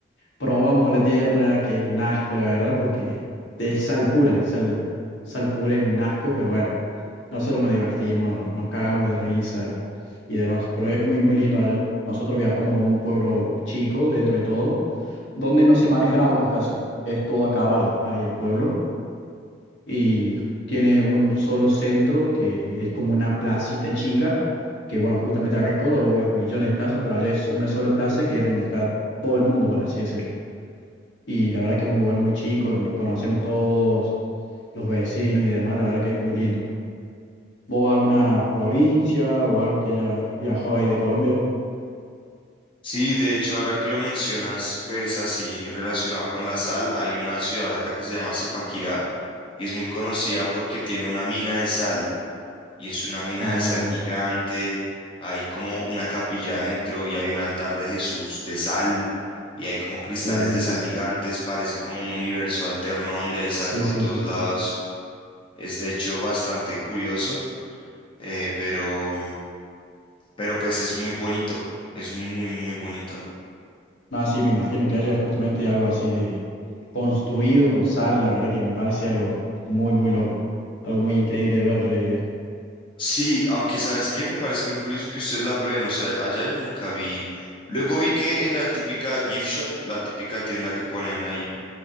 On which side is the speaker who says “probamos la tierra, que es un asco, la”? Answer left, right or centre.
Left